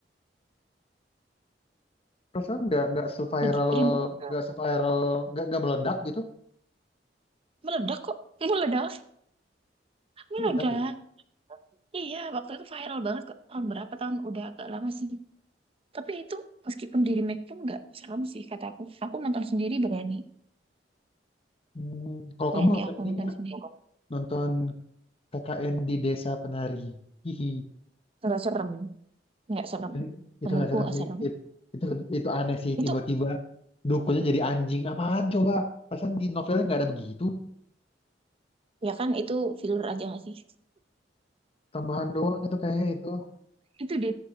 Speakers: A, on the left (about 35°); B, on the right (about 35°).
A: Perasaan nggak nggak seviral
B: begitu remake
A: nggak seviral nggak nggak meledak gitu?
B: meledak kok <laughs> meledak meledak
A: Meledak ya?
B: iya waktu itu viral banget kok tahun berapa tahun udah agak lama sih tapi itu meskipun di remake pun nggak serem sih kata aku aku nonton sendiri berani
A: Hmm, kalau
B: berani
A: kamu nonton
B: aku
A: ini
B: nonton
A: nggak?
B: sendiri
A: Nonton KKN di Desa Penari. Hihi.
B: nggak serem nggak serem
A: Itu itu
B: menurutku
A: nggak serem
B: nggak
A: sih.
B: serem
A: It- itu itu aneh sih
B: itu
A: tiba-tiba dukunnya jadi anjing. Apaan coba? Perasaan di novelnya nggak ada begitu.
B: Ya kan itu filler aja nggak sih?
A: Tambahan doang itu kayaknya itu.
B: Itu di